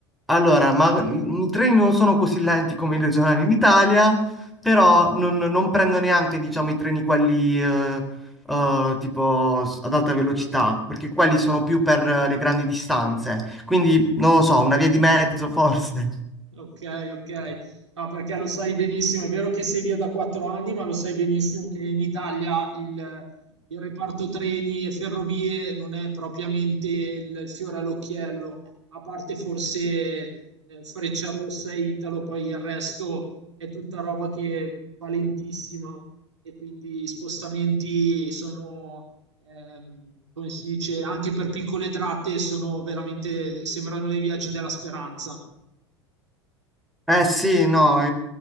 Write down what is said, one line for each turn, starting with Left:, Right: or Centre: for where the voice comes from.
Centre: allora, ma i i treni non sono così lenti come i regionali in Italia, però non, non prendo neanche, diciamo, i treni quelli eh, eh, tipo s- ad alta velocità, perché quelli sono più per eh, le grandi distanze. Quindi, non lo so, una via di mezzo forse.
Right: Ok, ok. No, perché lo sai benissimo, è vero che sei via da quattro anni, ma lo sai benissimo che in Italia il, il reparto treni e ferrovie non è propriamente il, il fiore all'occhiello, a parte forse eh, Frecciarossa e Italo, poi il resto è tutta roba che è valentissima e quindi i spostamenti sono, ehm, come si dice, anche per piccole tratte sono veramente, sembrano dei viaggi della speranza.
Centre: Eh sì, no,